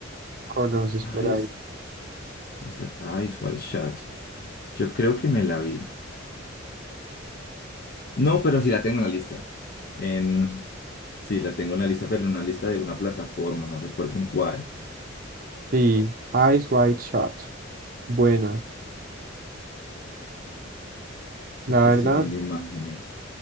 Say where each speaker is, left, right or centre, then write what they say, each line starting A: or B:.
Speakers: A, on the right; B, on the left.
A: conoces
B: Eyes,
A: por ahí.
B: o sea, Eyes Wide Shut. Yo creo que me la vi. No, pero sí la tengo en la lista. En, sí, la tengo en la lista, pero en una lista de una plataforma, no recuerdo en cuál.
A: Sí, Eyes Wide Shot. Buena, la
B: Aquí
A: verdad,
B: estoy viendo imágenes.